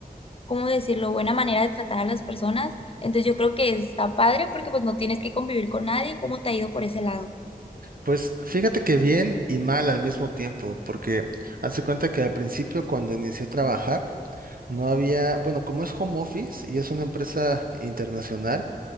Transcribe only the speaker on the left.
¿cómo decirlo?, buena manera de tratar a las personas. Entonces yo creo que está padre porque pues no tienes que convivir con nadie. ¿Cómo te ha ido por ese lado?